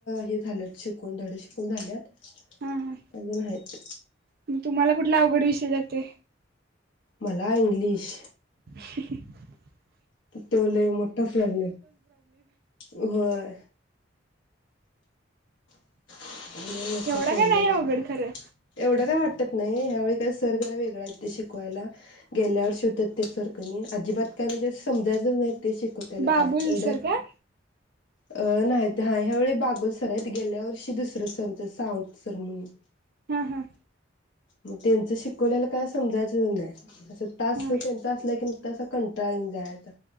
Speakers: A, on the left; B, on the right.
A: हे झालत शिकून धडे शिकून झालेत <inaudible>
B: हा हा
A: अजून हायेत
B: मग तुम्हाला कुठला अवघड विषय जातोय
A: मला इंग्लिश
B: हहह
A: तो लय मोठा प्रॉब्लेम व्हय <unintelligible>
B: एवढा काय नाही अवघड खरं
A: एवढं काय वाटतात नाही ह्यावेळी सर जरा वेगळ आहेत ते शिकवायला गेल्या वर्षी होतात ते सर कणी अजिबात काय म्हणजे समजायचंच नाहीत ते शिकव त्या न
B: बाबुल
A: काय एवढं
B: सर काय
A: अ नाहीत ह ह्यावेेळी बागूलसर आहेत गेल्या वर्षी दुसरे <unintelligible> सावंत सर म्हणून
B: हा हा
A: मग त्यांच शिकवलेलं काय समजायचं <unintelligible> अस
B: हा
A: तास त्यांचा असला की नुसता असा कंटाळा येऊन जायाचा